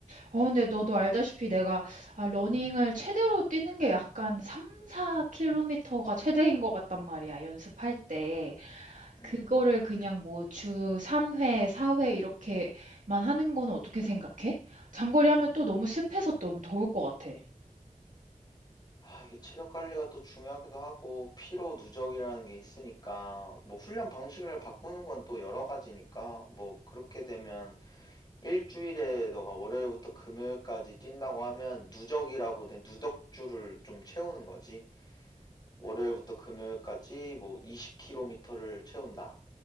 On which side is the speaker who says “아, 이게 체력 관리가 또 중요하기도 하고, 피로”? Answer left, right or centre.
Left